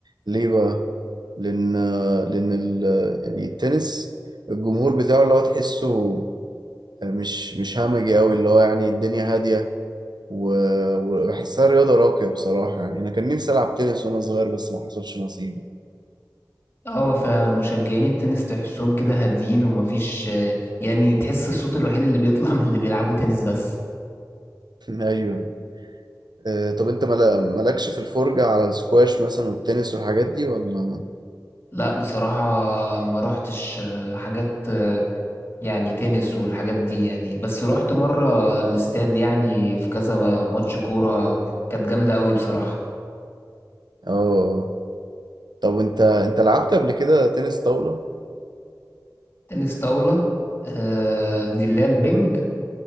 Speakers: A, on the right; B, on the left.
A: ليه بقى لان لان ال... يعني التنس الجمهور بتاعه اللي هو تحسه مش مش همجي قوي اللي هو يعني الدنيا هاديه و... وبحسها رياضه راقيه بصراحه يعني انا كان نفسي العب تنس وانا صغير بس ما حصلش نصيب
B: اه فعلا مشجعين التنس تحسهم كده هاديين ومفيش آه، يعني تحس الصوت الوحيد اللي بيطلع <laughs> من اللي بيلعبوا تنس بس
A: <laughs> ايوه آه، طب انت ملا- مالكش في الفرجه على السكواش مثلا والتنس والحاجات دي ولا
B: لا بصراحة ما روحتش آه، حاجات آه، يعني تنس والحاجات دي يعني بس روحت مرة الاستاد يعني في كذا ماتش كورة كانت جامدة قوي بصراحة
A: اه طب انت انت لعبت قبل كده تنس طاوله
B: تنس طاولة آه، دي اللي هي البنج